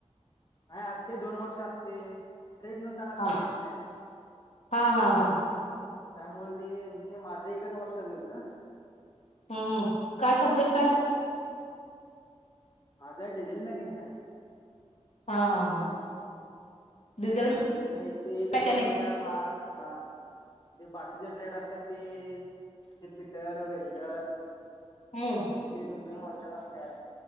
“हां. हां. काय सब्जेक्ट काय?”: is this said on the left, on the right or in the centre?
Left